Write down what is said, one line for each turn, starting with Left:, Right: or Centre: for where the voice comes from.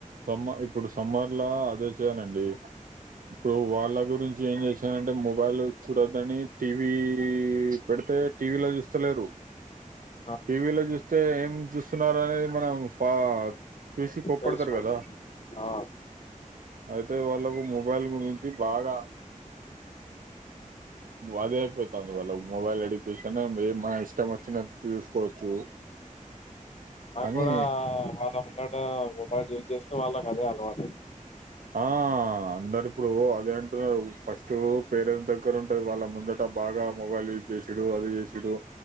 Right: సమ్మ ఇప్పుడు సమ్మర్లా అదే చేయాలండి ఇప్పుడు వాళ్ళ గురించి ఏం జేసి ఏ అంటే మొబైల్ చూడొద్దని టీవీ పెడితే టీవీలో చూస్తలేరు
Left: ఆ
Right: టీవీలో చూస్తే ఏం చూస్తున్నారని మనం ఫ చూసి కోప్పడతారు
Left: తెలిసిపోతుంది
Right: గదా
Left: ఆ
Right: అయితే వాళ్ళకు మొబైల్ గురించి బాగా అదే అయిపోతుంది వాళ్ళ మొబైల్ ఎడ్యుకేషన్ ఏం మన ఇష్టం వచ్చినట్టు చూసుకోవచ్చు అని
Left: కూడా వాళ్ళ ముంగ కుడామొబైల్ యూజ్ చేస్తే వాళ్ళ అదే అలవాట్
Right: ఆ అందరు ఇప్పుడు అదే అంటున్నరు ఫస్ట్ పేరెంట్స్ దగ్గర ఉంటది, వాళ్ళ ముందట బాగా మొబైల్ యూజ్ జేసుడు అది జేసుడు.